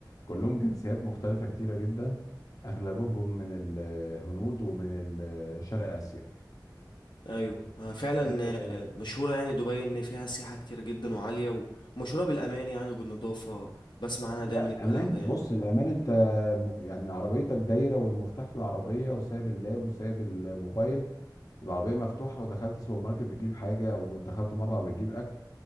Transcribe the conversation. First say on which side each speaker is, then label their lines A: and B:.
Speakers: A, on the left; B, on the left.
A: كلهم جنسيات مختلفه كتيره جدا اغلبهم من الهنود ومن ال- شرق اسيا
B: ايوه آه، فعلا
A: آه،
B: آه، مشهوره يعني دبي ان فيها سياحه كتير جدا وعاليه ومشهوره بالامان يعني وبالنظافه بسمع عنها دايما
A: لا
B: الكلام
A: امان
B: ده يعني
A: بص الامان انت م- يعني عربيتك دايره والمفتاح في العربيه وسايب اللاب وسايب الموبايل والعربيه مفتوحه ودخلت سوبر ماركت بتجيب حاجه او دخلت مطعم بتجيب اكل